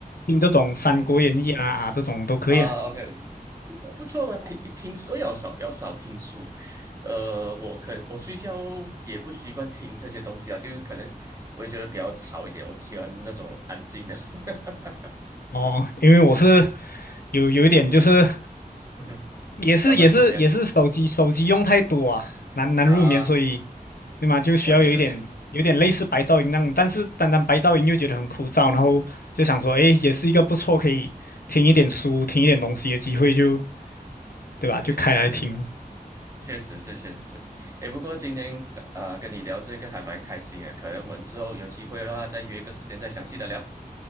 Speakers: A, on the left; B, on the right.
A: 听这种《三国演义》啊啊这种都可以啊。
B: 嗯，啊，OK，OK。不错吧？听一听，我有少比较少听书，呃，我可我睡觉也不习惯听这些东西啊，就是可能我也觉得比较吵一点，我喜欢那种安静的书，<laughs>
A: 哦，因为我是
B: 嗯
A: 有有一点就是
B: 嗯哼，
A: 也是也是也是手机手机用太多啊，
B: 比较难入眠
A: 难难入眠，
B: 啊，
A: 所以对吗？就需要有一点有点类似白噪音那种，
B: 了解了解，
A: 但是单单白噪音又觉得很枯燥，然后就想说，诶，也是一个不错可以听一点书、听一点东西的机会就，对吧？
B: 对对对对，
A: 就开来听。
B: 确实是确实是，诶，不过今天可啊跟你聊这个还蛮开心的，可能我们之后有机会的话再约一个时间再详细的聊，